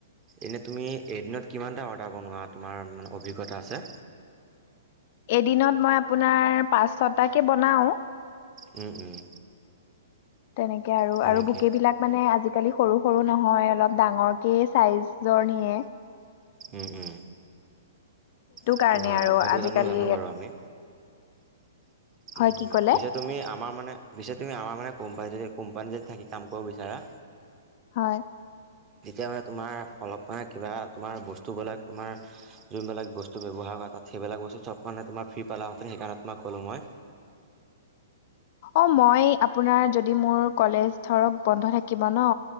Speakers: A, on the right; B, on the left.
A: এনে তুমি এদিনত কিমান এটা অৰ্ডাৰ বনোৱা তোমাৰ মানে অভিজ্ঞতা আছে?
B: এদিনত মই আপোনাৰ পাঁচ ছটাকে বনাও।
A: উম উম
B: তেনেকে
A: হয়
B: আৰু
A: নেকি?
B: বুকে বিলাক মানে আজি আজিকালি সৰু সৰু নহয় অলপ ডাঙৰকে চাইজৰ নিয়ে।
A: উম উম। সেইটো
B: কাৰণে
A: হয়
B: আৰু
A: বাৰু সেইটো
B: আজিকালি
A: জানো জানো বাৰু আমি উম
B: হয় কি
A: উম
B: ক'লে
A: পিছে তুমি আমাৰ মানে পিছে তুমি আমাৰ মানে কোম্পানী যদি কোম্পানী যদি থাকি কাম কৰিব বিচাৰা
B: হয়
A: তেতিয়া মানে তোমাৰ অলপ মানে কিবা তোমাৰ বস্তুবিলাক তোমাৰ যোনবিলাক বস্তু ব্যৱহাৰ সেইবিলাক বস্তু চব মানে তোমাৰ ফ্ৰী পালাহঁতে সেইকাৰণে তোমাক কলো মই
B: অ মই আপোনাৰ যদি মোৰ কলেজ ধৰক বন্ধ থাকিব ন